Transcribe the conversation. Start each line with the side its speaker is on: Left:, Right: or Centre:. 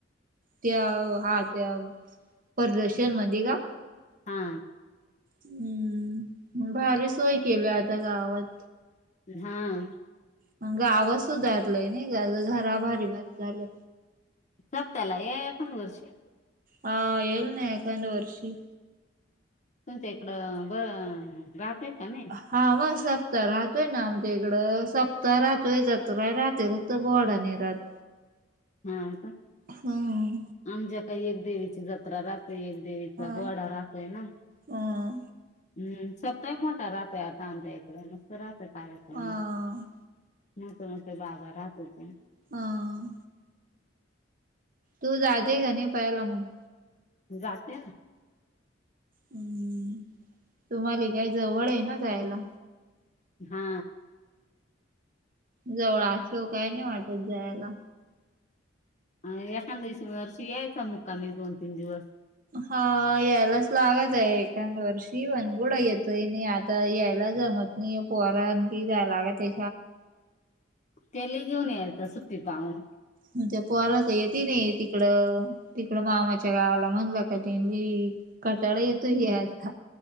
Right: त्या हा त्या प्रदर्शन मध्ये का.
Left: हा
Right: हम्म मग भारी सोय केली आता गावात.
Left: हां
Right: मण गाव च सुधारलाय नाही ग घरा भारी झालंय.
Left: सप्ताला ए एण करस <inaudible>
Right: हा येईल ना एकांद वर्षी.
Left: तुमच्या इकडं बरं जात आहे का नाही.
Right: हा मग सप्ताह राहतोय ना, आमच्या इकडं सप्ताह राहतोय जत्रा राहते मग. फक्त घोडा नाही राहतं.
Left: हा का
Right: हम्म.
Left: आमच्या काही एक देवीची जत्रा राहते. एक देवीचा
Right: हा.
Left: घोडा राहतोय ना.
Right: हा.
Left: हम्म सप्ताहिक मोठा राहतोय आता आच्या इकडं मस्त राहतय कार्यक्रम.
Right: हा
Left: मोठे मोठे बाबा राहतेत.
Right: हां तू जाते क नाही पाहिलं मग.
Left: जाते ना.
Right: हम्म तुम्हाला काय जवळ आहे ना जायला.
Left: हा
Right: जवळ असं काही नाही वाटत जायला.
Left: अ एखाद दिवस वर्षी यायचा मुक्कामी दोन तीन दिवस.
Right: हा यायलाच लागत आहे एखद वर्षी वनगुडा येतय आणि आता यायला जमत. नाही पोहरा की काय लागतं <inaudible>
Left: तेले घेऊन यायचं सुट्ट पाहून.
Right: मग त्या पोहारच य ति नाही तिकडं. तिकडं मामाच्या म्हणलं त कटाळा येतोय यायचा.